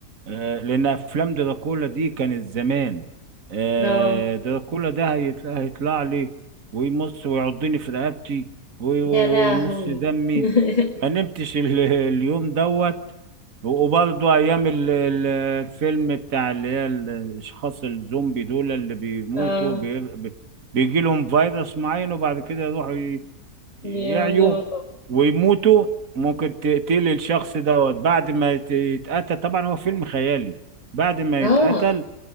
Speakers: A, on the right (about 60°); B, on the left (about 25°).
A: آه، لان افلام دراكولا دي كانت زمان آه،
B: لا
A: دراكولا ده هيطلع, هيطلع لي ويمص ويعضني في رقبتي وي- وي-
B: يا لهوي
A: ويمص دمي
B: <laughs>
A: ما نمتش ال- <laughs> اليوم دوت وبرضه ايام ال- ال- الفيلم بتاع اللي هي الاشخاص الزومبي دول اللي بيموتوا
B: اه
A: بي بيجي لهم فيروس معين وبعد كده يروحوا يعيوا
B: يا يا رب.
A: ويموتوا ممكن تقتل الشخص دوت بعد ما يت- يتقتل طبعا هو فيلم خيالي بعد ما
B: اه
A: يتقتل